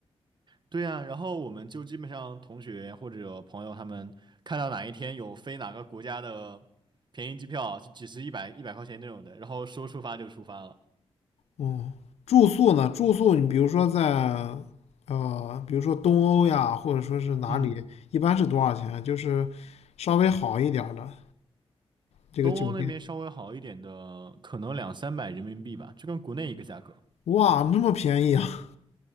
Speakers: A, on the right; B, on the left.
A: 对呀，然后我们就基本上同学或者朋友他们看到哪一天有飞哪个国家的便宜机票，就几十、一百、一百块钱那种的，然后说出发就出发了。
B: 嗯，住宿呢？住宿你比如说在呃，比如说东欧呀，或者说是哪里，
A: 嗯，
B: 一般是多少钱啊？就是稍微好一点儿的这个酒店。
A: 东欧那边稍微好一点的，可能两三百人民币吧，就跟国内一个价格。
B: 哇，那么便宜啊！